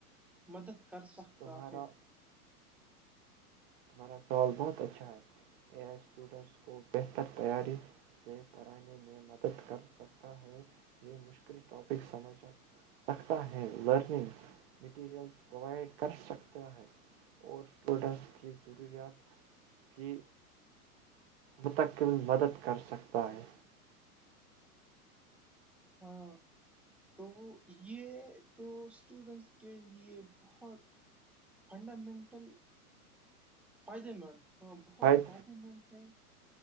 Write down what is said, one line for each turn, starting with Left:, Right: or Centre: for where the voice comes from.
Centre: مدد کر سخ
Right: تمہارا
Centre: تافے
Right: تارا سوال بہت اچھا ہے اے آئی اسٹوڈنس کو بہتر تیاری سے پڑھانے میں مدد کر سکتا ہے یہ مشکل ٹاپک سمجھ سکتا ہے لرننگ مٹیریل پروائڈ کر سکتا ہے اور اسٹوڈنٹس کی <inaudible> ضروریات کی متقل مدد کر سکتا ہے
Centre: ہاں تو یہ تو اسٹوڈنس کے لیے بہت فنڈامنٹل فائدے مند ہاں بہت
Right: فائد
Centre: فائدے مند ہے